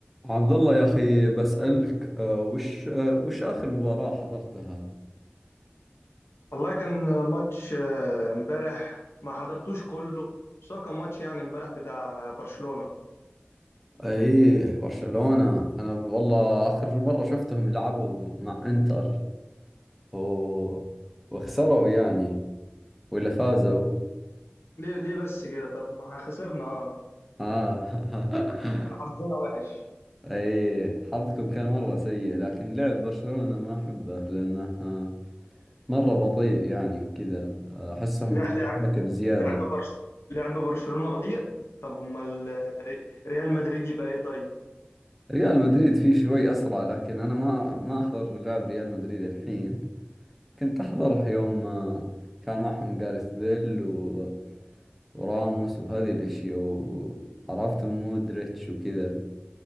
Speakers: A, in the centre; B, on the left.
A: عبد الله يا أخي بسألك آه، وش آه، وش آخر مباراة حضرتها؟
B: والله كان ماتش آه، امبارح ما حضرتوش كله بس هو كان ماتش يعني امبارح بتاع برشلونة
A: أيه برشلونة أنا والله آخر مرة شفتهم لعبوا مع إنتر و... وخسروا يعني ولا فازوا؟
B: ليه ليه بس كده طب ما خسرنا اه
A: آه <laughs>
B: كان حظنا وحش
A: أيه حظكم كان مرة سيء لكن لعب برشلونة ما أحبه لأنه آه، مرة بطيء يعني وكذا آه، أحسهم
B: لا
A: تكتيكة
B: لعب
A: بزيادة
B: لعب برش لعب برشلونة بطيء طب امال آه، ري- ريال مدريد يبقى ايه طيب
A: ريال مدريد فيه شوي أسرع لكن أنا ما ما أحضر لعب ريال مدريد الحين كنت أحضره يوم آه، كان معهم جاريث بيل و... وراموس وهذه الأشياء وعرفتهم مودريتش وكذا